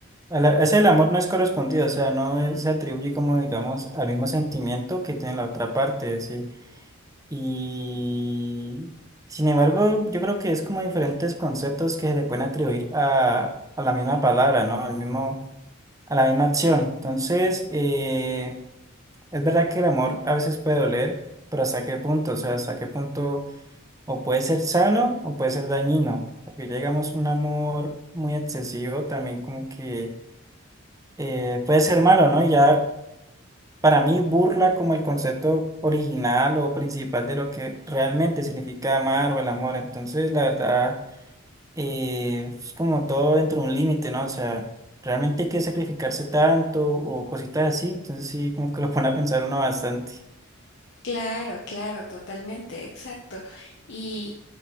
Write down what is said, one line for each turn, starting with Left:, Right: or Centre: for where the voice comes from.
Right: a la- hacer el amor no es correspondido, o sea, no es- se atribuye como, digamos, al mismo sentimiento que tiene la otra parte, sí, y... Sin embargo, yo creo que es como diferentes conceptos que se le pueden atribuir a, a la misma palabra, ¿no? Al mismo, a la misma acción. Entonces, eh, es verdad que el amor a veces puede doler, pero ¿hasta qué punto? O sea, ¿hasta qué punto o puede ser sano o puede ser dañino? Porque ya digamos un amor muy excesivo también como que eh, puede ser malo, ¿no? Y ya para mí burla como el concepto original o principal de lo que realmente significa amar o el amor. Entonces, la verdad eh, es como todo dentro de un límite, ¿no? O sea, realmente hay que sacrificarse tanto o cositas así, entonces sí, como que lo pone a pensar uno bastante.
Left: Claro, claro, totalmente, exacto. Y